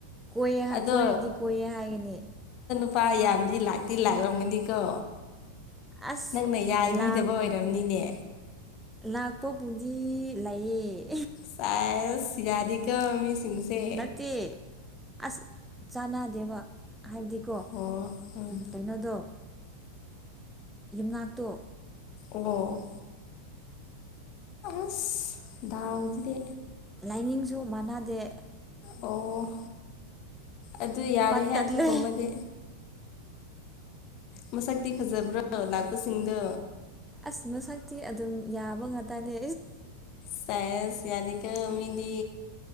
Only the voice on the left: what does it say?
ꯑꯗꯣ
ꯂꯄꯥ ꯌꯥꯝꯗꯤ ꯂꯥꯛꯇꯤ ꯂꯥꯛꯔꯝꯒꯅꯤꯀꯣ
ꯅꯪꯅ ꯌꯥꯕꯤꯗꯕ
ꯑꯣꯏꯔꯝꯅꯤꯅꯦ
ꯆꯥꯏ ꯆꯌꯥꯗꯤ ꯀꯃꯤ ꯃꯤ ꯆꯤꯡꯁꯦ
ꯑꯣ ꯎꯝ
ꯑꯣ ꯑꯁ ꯖꯗꯤ
ꯑꯣ ꯑꯗꯨ ꯌꯥꯔꯤꯍꯦ
ꯑꯗꯨꯒꯨꯝꯕꯗꯤ ꯃꯁꯛꯇꯤ ꯐꯖꯕ꯭ꯔꯥ ꯂꯥꯛꯄꯁꯤꯡꯗ
ꯁꯥꯏꯟꯁ ꯌꯥꯗꯤ ꯀꯃꯤꯗꯤ